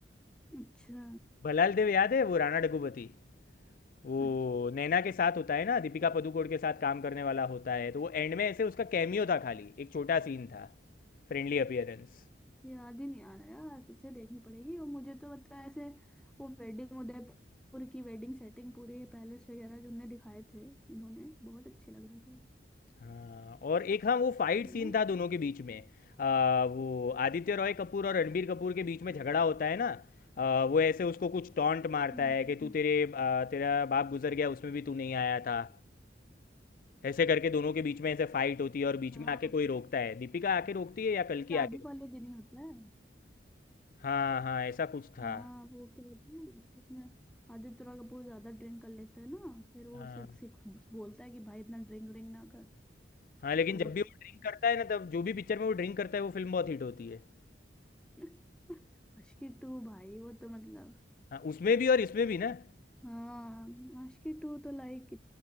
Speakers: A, in the centre; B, on the left (about 45°).
A: अच्छा
B: भलाल देव याद है वो राणा डग्गुबाती वो
A: अच्छा
B: नैना के साथ होता है ना दीपिका पादुकोण के साथ काम करने वाला होता है तो वो एंड में ऐसे उसका कैमियो था खाली एक छोटा सीन था Friendly appearance
A: याद ही नहीं आ रहा यार फिर से देखनी पड़ेगी और मुझे तो पता है ऐसे वो वेडिंग उदयपुर की वेडिंग सेटिंग पूरे पैलेस वगैरह जो उन्होंने दिखाए थे इन्होंने बहुत अच्छे लग रहे थे
B: हाँ और एक हाँ वो फाइट
A: है
B: सीन
A: ना
B: था दोनों के बीच में आ, वो आदित्य रॉय कपूर और रणबीर कपूर के बीच में झगड़ा होता है ना आ, वो ऐसे उसको कुछ टॉन्ट मारता
A: हम्म
B: है कि तू तेरे आ, तेरा बाप गुजर गया उसमें भी तू नहीं आया था ऐसे करके दोनों के बीच में ऐसे फाइट होती है और बीच
A: हाँ
B: में आके कोई रोकता है दीपिका आके रोकती है या कल्कि
A: शादी
B: आके रोकती
A: वाले
B: है
A: दिन ही होता है
B: हाँ हाँ ऐसा कुछ था
A: हाँ वो क्या होता है ना, उसमें आदित्य रॉय कपूर ज्यादा ड्रिंक कर लेता है ना फिर वो
B: हाँ
A: सिख सिख बोलता है कि भाई इतना ड्रिंक ड्रिंक ना कर
B: हाँ लेकिन
A: तो
B: जब
A: वो
B: भी वो ड्रिंक करता है ना तब जो भी पिक्चर में वो ड्रिंक करता है वो फिल्म बहुत हिट होती है
A: <laughs> मुश्किल टू भाई वो तो मतलब
B: हाँ उसमें भी और इसमें भी ना
A: हाँ आशिकी टू तो लाइक